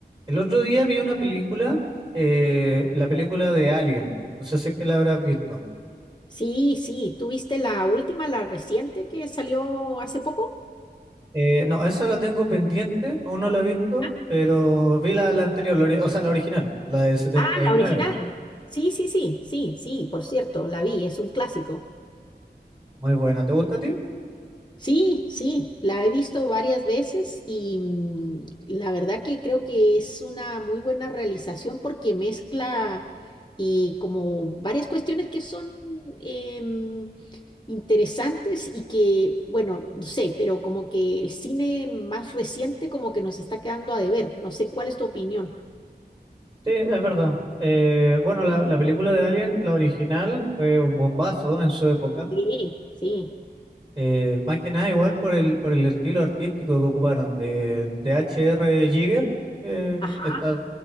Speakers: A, on the right; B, on the left.
A: El otro día vi una película, eh, la película de Alien. No sé si es que la habrás visto.
B: Sí, sí, Tú viste la última, la reciente que salió hace poco?
A: Eh, no, esa la tengo pendiente, aún no la he visto,
B: Ah,
A: pero vi la, la anterior, la ori- o sea, la original, la del setenta
B: ah, la
A: y nueve.
B: original. Sí, sí, sí, sí, sí, por cierto, la vi, es un clásico.
A: Muy buena. ¿Te gusta a ti?
B: Sí, sí, la he visto varias veces y mm, la verdad que creo que es una muy buena realización porque mezcla y como varias cuestiones que son em, interesantes y que, bueno, no sé, pero como que el cine más reciente como que nos está quedando a deber. No sé cuál es tu opinión.
A: Sí, es verdad. Eh, bueno, la, la película de Alien, la original, fue un bombazo en su época.
B: Sí, sí.
A: Eh, más que nada igual por el, por el estilo artístico que ocuparon de, de H.R. Giger, que
B: Ajá.
A: está,